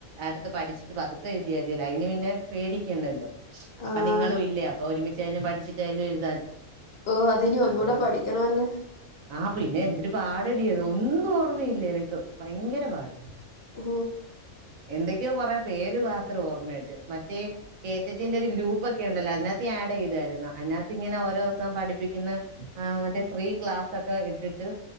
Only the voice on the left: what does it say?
ആഹ്
ഓഹ് അതിനി ഒന്നൂടെ
പഠിക്കണമല്ലേ
ആ